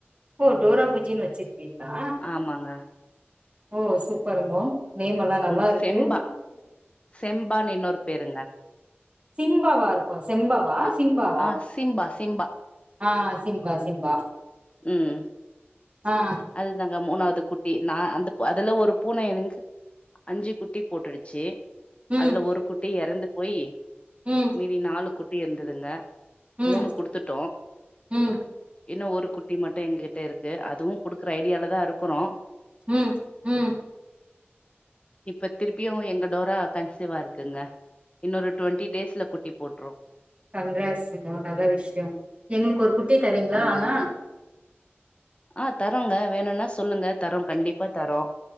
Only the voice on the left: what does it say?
ஆமாங்க
ம்
செம்பா செம்பான்னு இன்னொரு பேருங்க
அ
ஆ சிம்பா சிம்பா
உம்
அதுதாங்க மூணாவது குட்டி நான் அ அதுல ஒரு பூன எனக்கு அஞ்சு குட்டி போட்டுடுச்சு
அதுல ஒரு குட்டி எறந்து போய்
மீதி நாலு குட் டி இருந்ததுங்க
மூணு கொடுத்துட்டோ
இன்னு ஒரு குட் டி மட்டு எங்க கிட்ட இருக்கு அதுவு கொடுக்குற ஐடியால தா இரு க்குறோ
இப்ப திருப்பியு எங்க டோரா கன்சீவா இருக்குங்க இன்னொரு டுவெண்டி டேஸ்ல குட்டி போட் ட்ரு
ஆமாங்க
ஆ தரோங்க வேணுணா சொல்லுங்க தரோ கண்டிப்பா தரோ